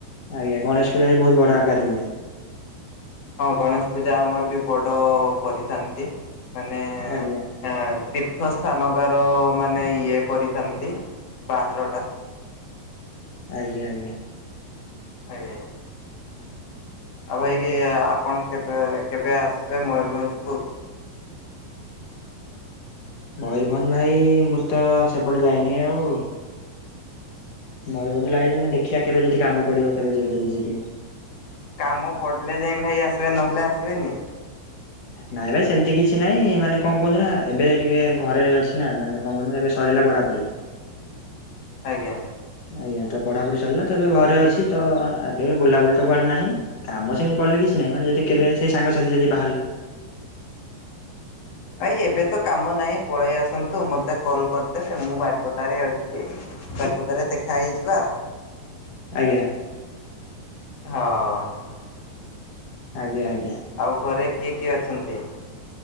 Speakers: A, on the left; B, on the left.
A: ଆଜ୍ଞା ଗଣେଶ ପୂଜା ବି ବହୁତ ବଡ ଆକାରରେ ହୁଏ।
B: ହଁ ଗଣେଶ ପୂଜା ଆମରବି ବଡ କରିଥାନ୍ତି। ମାନେ
A: ଆଜ୍ଞା
B: ଏଁ ତୀର୍ଥ ସ୍ଥାନ ପ୍ରକାର ମାନେ ଇଏ କରିଥାନ୍ତି ବାହାରଟା।
A: ଆଜ୍ଞା ଆଜ୍ଞା।
B: ଆଜ୍ଞା। ଆଉ ଭାଇକି ଆପଣ କେବେ କେବେ ଆସିବେ ମୟରଭଞ୍ଜକୁ?
A: ମୟୂରଭଞ୍ଜ ଭାଇ ମୁଁ ତ ସେପଟେ ଯାଇନି ଆଉ। ମୟୂରଭଞ୍ଜ ଲାଇନ ଦେଖିଆ କେବେ ଯଦି କାମ ପଡିବ କେବେ ଯ-ଯଦି ଯିବି।
B: କାମ ପଡିଲେ ଯାଇଁ ଭାଇ ଆସିବେ ନହେଲେ ଆସିବେନି?
A: ନାଇଁ ଭାଇ ସେମିତି କିଛି ନାଇଁ ମାନେ କଣ କୁହନ୍ତି ନା ଏବେ ଟିକେ ଘରେ ଅଛିନା ମାନେ କଣ କୁହନ୍ତୁ ନା ଏବେ ସରିଲା ପଢାପଢି।
B: ଆଜ୍ଞା।
A: ଆଜ୍ଞା ତ ପଢାପଢି ସରିଲା ତ ଏବେ ଘରେ ଅଛି ତ ଏବେ ବୁଲାବୁଲି ତ କୁଆଡେ ନାହିଁ କାମ ସେମିତି ପଡିଲେ କିଛି ନାଇଁ ମାନେ ଯଦି କେବେ ସେଇ ସାଙ୍ଗସାଥି ଯଦି ବାହା
B: ନାଇଁ ଏବେତ କାମ ନାହିଁ ପଳେଇ ଆସନ୍ତୁ ମତେ କଲ କରି ମୁଁ ବାରିପଦାରେ ଅଛି ବାରିପଦା ରେ ଦେଖାହେଇଯିବା।
A: ଆଜ୍ଞା।
B: ହଁ।
A: ଆଜ୍ଞା।
B: ଆଉ ଘରେ କିଏ କିଏ ଅଛନ୍ତି?